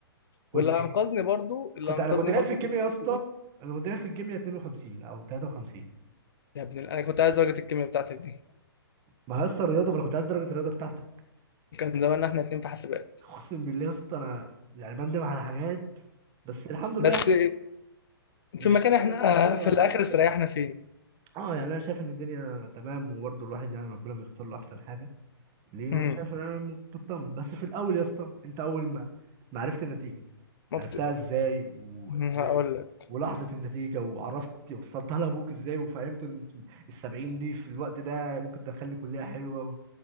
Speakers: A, on the right; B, on the left.
A: كنت
B: واللي انقذني برضو اللي
A: كنت
B: انقذني
A: انا كنت جايب
B: برضو
A: في الكيمياء
B: في المواد
A: يا اسطى
B: دي
A: انا كنت جايب في الكيمياء 52 او 53
B: يا ابن ال- انا كنت عايز درجه الكيمياء بتاعتك دي
A: ما هي يا اسطى الرياضه ما انا كنت عايز درجه الرياضه بتاعتك
B: كان زماننا احنا اتنين في حاسبات
A: اقسم بالله يا اسطى انا يعني بندم على حاجات بس الحمد لله
B: بس
A: يعني مش
B: في مكان
A: ندم
B: احنا
A: يعني اه
B: آه، في
A: الحمد
B: الاخر
A: لله
B: استريحنا فيه
A: اه يعني انا شايف ان الدنيا تمام وبرضه الواحد يعني ربنا بيختار له احسن حاجه ليه وانا
B: امم
A: شايف ان انا مطمن بس في الاول يا اسطى انت اول ما ما عرفت النتيجه
B: ما
A: عرفتها
B: بت...
A: ازاي و...
B: مم، هقول
A: و...
B: لك
A: ولحظه النتيجه وعرفت وصلتها لابوك ازاي وفهمت ان السبعين دي في الوقت ده ممكن تدخلني كليه حلوه و...